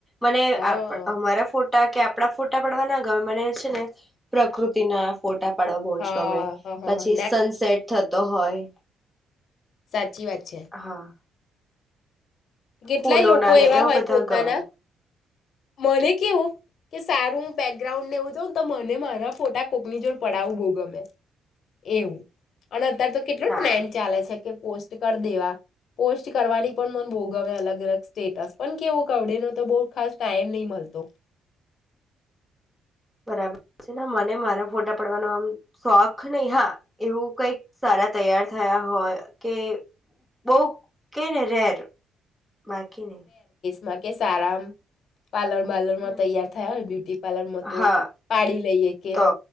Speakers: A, in the centre; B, on the left (about 65°).
A: મને
B: હા
A: આપ અમારા ફોટ કે આપડા ફોટા પડવા ના ગમે મને છે ને પ્રકૃતિના ફોટા ટા પાડવા બહ
B: હા
A: જ ગમે,
B: હા હા
A: પછી
B: હા
A: સનસેટ થતો હોય.
B: સાચ ચી વાત છે.
A: હા
B: કેટલાય
A: ફૂલોના
B: લોકો
A: ને
B: એવા હોય
A: બધા
B: પોતાના
A: ગમે
B: મને કેવું કે સારું બેકગ્રાઉન્ડને એવું જોઉં ને તો મને મારા ફોટા કોકની જોડ પડાવું બહુ ગમે એવું. અને અત્યારે તો કેટલું
A: ના
B: પ્લેન ચાલે છે કે પોસ્ટ કર દેવા પોસ્ટ કરવાની પણ મન બો ગ ગમે અલગ-અલગ સ્ટેટસ પણ કેવું આવડે ન તો બો ખાસ ટાઈમ નહી મલતો.
A: બરાબર છે મને મારા ફોટા પડવાનો આમ શોખ નહ હા એવું કઈક સારા તૈયાર થયા હોય કે બહ કેય ને રેર બાકી નય.
B: માં કે સારામ પાર્લર બાર્લરમાં
A: હમ
B: તૈયાર થયા હોય, બ્યુટી પાર્લરમાં તો
A: હા
B: પાડી લઈએ, કે
A: તો
B: હ